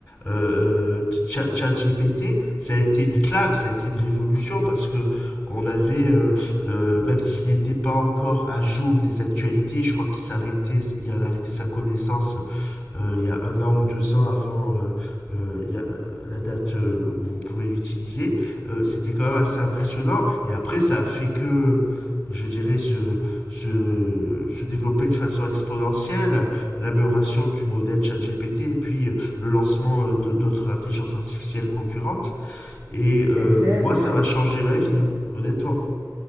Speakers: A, on the left; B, on the right.
A: euh, Chat, GPT, ça a été une claque, ça a été une révolution parce que on avait, euh, euh, même s'il n'était pas encore à jour des actualités, je crois qu'il s'arrêtait, il a arrêté sa connaissance euh, il y a un an ou deux ans avant euh, euh, il y a, euh, la date euh, où on pouvait l'utiliser, euh, c'était quand même assez impressionnant. Et après, ça a fait que je dirais, se, se, se, développer de façon exponentielle, l'amélioration du modèle ChatGPT et puis euh, le lancement euh, de- d'autres intelligences artificielles concurrentes.
B: C-
A: Et
B: C'est
A: euh,
B: clair,
A: moi,
B: ouais.
A: ça m'a changé ma vie, hein, honnêtement.